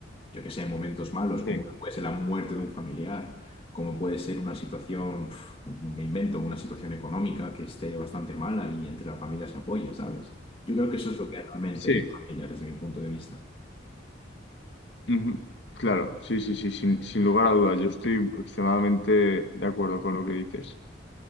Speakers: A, on the left; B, on the left.
A: Yo que sé, en momentos malos, como
B: Sí,
A: puede ser la muerte de un familiar como puede ser una situación, pf, me invento, una situación económica que esté bastante mala y entre la familia se apoye, ¿sabes? Yo creo que eso es lo que realmente
B: Sí.
A: es familia desde mi punto de vista.
B: Ujú. Claro, sí, sí, sí, sin, sin lugar a dudas. Yo estoy extremadamente de acuerdo con lo que dices.